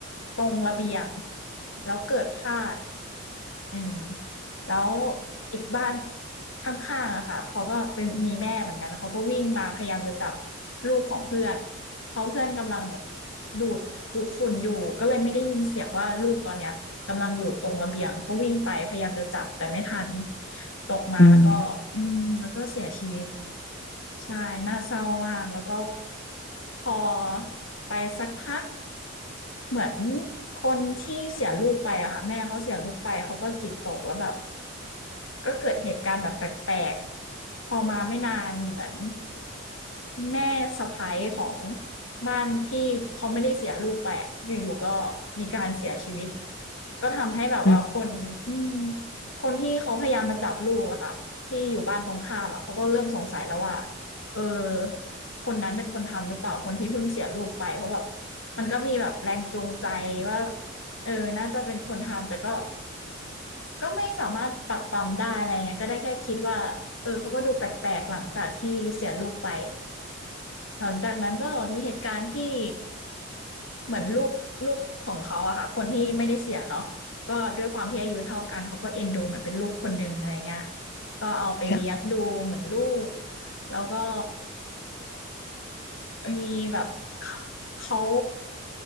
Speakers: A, on the left (about 80°); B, on the left (about 50°).
A: ตรงระเบียงแล้วเกิดพลาด อืมแล้วอีกบ้านข้างๆอะค่ะเขาก็เป็นมีแม่เหมือนกันเขาก็วิ่งมาพยายามจะจับลูกของเพื่อนเพราะเพื่อนกำลังแบบดูดดูดฝุ่นอยู่ก็เลยไม่ได้ยินเสียงว่าลูกตอนเนี้ยกำลังอยู่ตรงระเบียงก็วิ่งไปพยายามจะจับแต่ไม่ทันตกมาแล้วก็อืมแล้วก็เสียชีวิต
B: อืม
A: ใช่น่าเศร้ามากแล้วก็พอไปสักพัก เหมือนคนที่เสียลูกไปอะค่ะแม่เขาเสียลูกไปเขาก็จิตตกแล้วแบบก็เกิดเหตุการณ์แบบแปลกๆพอมาไม่นานเหมือนแม่สะใภ้ของบ้านที่เขาไม่ได้เสียลูกไปอะอยู่ๆก็มีการเสียชีวิตก็ทำให้แบบว่าคนอืม
B: อืม
A: คนที่เขาพยายามมาจับลูกอะค่ะที่อยู่บ้านตรงข้ามอะเขาก็เริ่มสงสัยแล้วว่าเออคนนั้นเป็นคนทำหรือเปล่าคนที่เพิ่งเสียลูกไปเพราะแบบ มันก็มีแบบแรงจูงใจว่าเออน่าจะเป็นคนทำแต่ก็ก็ไม่สามารถปรับปรำได้อะไรเงี้ยก็ได้แค่คิดว่าเออเขาก็ดูแปลกๆหลังจากที่เสียลูกไปหลังจากนั้นก็มีเหตุการณ์ที่เหมือนลูกลูกของเขาอะค่ะคนที่ไม่ได้เสียเนาะก็ด้วยความที่อายุเท่ากันเขาก็เอ็นดูเหมือนเป็นลูกคนหนึ่งอะไรเงี้ยก็เอาไปเลี้ยงดูเหมือนลูก
B: ค่ะ
A: แล้วก็มีแบบเขา